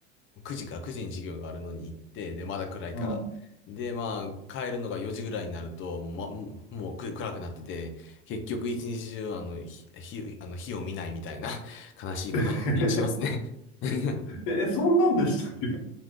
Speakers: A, on the left; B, on the left.
A: 9時か9時に授業があるのに行って、で、まだ暗いから。
B: うん
A: で、まあ、帰るのが4時ぐらいになると、もう、ま、もうもうく暗くなってて、結局一日中、あの、ひ、ひあの、火を見ないみたいな <laughs> 悲しいことになったりしますね。
B: <laughs>
A: <laughs>
B: え、えそんなんでしたっけ